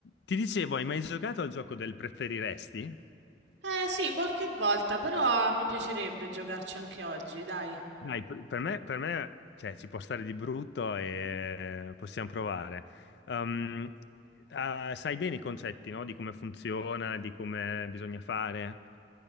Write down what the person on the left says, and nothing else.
Ti dicevo, hai mai giocato al gioco del preferiresti?
Dai, per per me, per me, cioè, ci può stare di brutto e possiamo provare. Um, ah, sai bene i concetti, no? Di come funziona, di come bisogna fare.